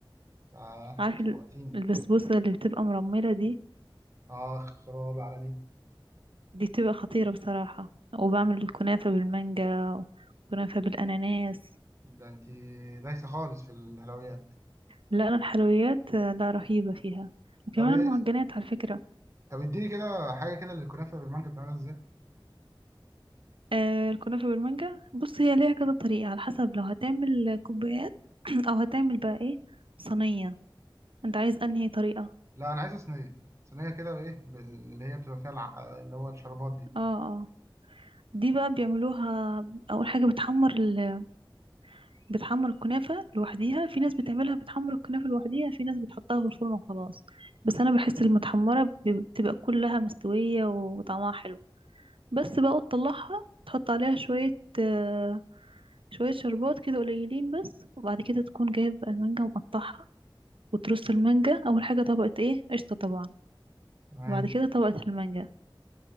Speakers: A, on the right; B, on the right.
A: اه
B: عارف
A: شوقتيني
B: ال- البسبوسة اللي بتبقى مرملة دي
A: اه خراب على دي
B: دي بتبقى خطيرة بصراحة وبعمل الكنافة بالمانجا وكنافة بالاناناس
A: ده انت دايسه خالص في الحلويات
B: لا انا الحلويات آه، لا رهيبة فيها وكمان
A: طب ايه
B: المعجنات على فكرة
A: طب اديني كده حاجه كده للكنافه بالمانجا بتعملها ازاي
B: آه الكنافة بالمانجا بص هي ليها كذا طريقة على حسب لو هتعمل كوبايات <clears throat> او هتعمل بقى ايه صينية انت عايز انهي طريقة
A: لا انا عايزه صينيه صينيه كده ايه بال- اللي هي بتبقى فيها الع... اللي هو الشربات دي
B: اه اه دي بقى بيعملوها اول حاجة بتحمر ال... بتحمر الكنافة لوحديها في ناس بتعملها بتحمر الكنافة لوحديها في ناس بتحطها في الفرن وخلاص بس انا بحس المتحمرة بي- بتبقى كلها مستوية وطعمها حلو بس بقى تطلعها تحط عليها شوية آه شوية شربات كده قليلين بس وبعد كده تكون جايب المانجا ومقطعها وترص المانجا اول حاجه طبقه ايه قشطه طبعا
A: تمام
B: وبعد كده طبقه المانجا